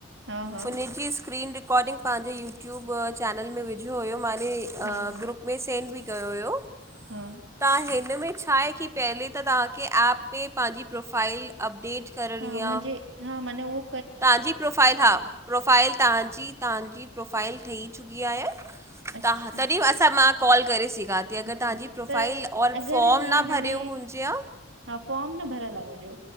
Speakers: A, on the right; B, on the right.
A: हा हा
B: हुनजी स्क्रीन रिकारर्डिंग पांजे यूट्यूब चैनल में विझियो हुयो मांने
A: हा
B: अ
A: हा
B: ग्रुप में सेंड बि कयो हुयो।
A: हा,
B: तव्हां हिन में छा आहे की पहिले त तव्हांखे ऐप ते पांजी प्रोफाइल अपडेट करणी
A: हा मुंजे
B: आहे
A: हा माने उह
B: तव्हांजी प्रोफ़ाइल हा, प्रोफ़ाइल तव्हांजी तव्हांजी प्रोफ़ाइल ठही चुकी आहे
A: अच्छा
B: तां तॾहिं असां मां कॉल करे सघां थी। जे अगरि
A: अच्छा
B: तव्हांजी प्रोफाइल
A: त
B: और
A: अगरि
B: फॉम
A: जीअं
B: न भरियो
A: हाणे
B: हुजे हा
A: हा फॉर्म न भरियल आ मुंहिंजो